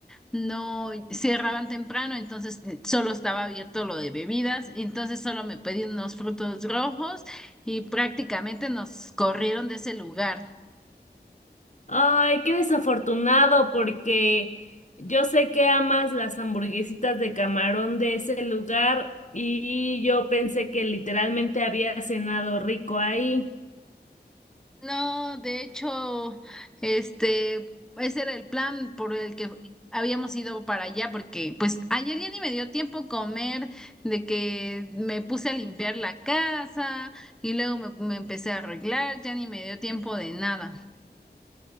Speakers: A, in the centre; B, on the left.
A: no cerraban temprano, entonces eh, solo estaba abierto lo de bebidas, entonces solo me pedí unos frutos rojos y prácticamente nos corrieron de ese lugar.
B: Ay, qué desafortunado, porque yo sé que amas las hamburguesitas de camarón de ese lugar y yo pensé que literalmente había cenado rico ahí.
A: No, de hecho, este, ese era el plan por el que habíamos ido para allá, porque pues ayer ya ni me dio tiempo comer, de que me puse a limpiar la casa y luego me, me empecé a arreglar, ya ni me dio tiempo de nada.